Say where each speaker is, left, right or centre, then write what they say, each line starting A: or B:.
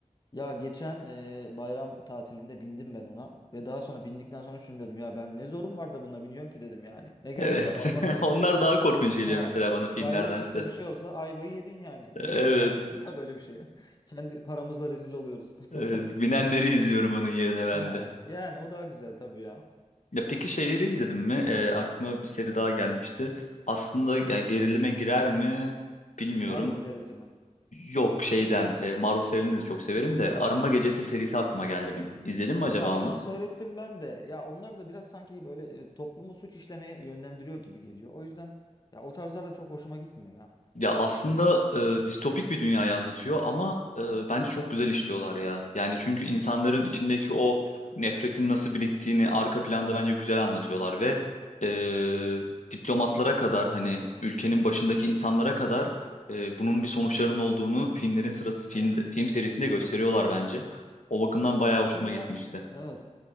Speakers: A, on the left (about 30°); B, on the left (about 70°).
A: Ya geçen e, bayram tatilinde bindim ben ona ve daha sonra bindikten sonra şunu dedim ya ben ne zorum var da buna biniyorum ki dedim yani. Ne gerek
B: Evet.
A: var Allah
B: <laughs>
A: korusun
B: Onlar
A: dedim yani.
B: daha korkunç geliyor
A: Ha
B: mesela bana filmlerdense.
A: raydan çıksa bir şey olsa ayvayı yedin yani.
B: Evet.
A: Ne gerek var dedim ya böyle bir şeye. <laughs> Kendi paramızla rezil oluyoruz.
B: Evet.
A: <laughs>
B: Binenleri izliyorum
A: Yani.
B: onun yerine ben
A: Ha
B: de.
A: yani o daha güzel tabii ya.
B: Ya peki şeyleri izledin mi? Ee, aklıma bir seri daha gelmişti. Aslında ya gerilime girer mi bilmiyorum.
A: Marvel serisi mi?
B: Yok şeyden e, Marvel serilerini de çok severim de Arınma Gecesi
A: Hı hı.
B: serisi aklıma geldi benim. İzledin mi acaba
A: Ya onu
B: onu?
A: seyrettim ben de. Ya onlar da biraz sanki böyle e, toplumu suç işlemeye yönlendiriyor gibi geliyor. O yüzden ya o tarzlar da çok hoşuma gitmiyor ya.
B: Ya
A: Böyle.
B: aslında e, distopik bir dünyayı anlatıyor ama e, bence çok güzel işliyorlar ya. Yani çünkü insanların içindeki o nefretin nasıl biriktiğini arka planda bence güzel anlatıyorlar
A: Evet.
B: ve e, diplomatlara kadar hani ülkenin başındaki insanlara kadar e, bunun bir sonuçlarının olduğunu filmlerin sırası film
A: Evet.
B: film serisinde gösteriyorlar bence. O bakımdan bayağı
A: Aslında
B: hoşuma gitmişti.
A: evet.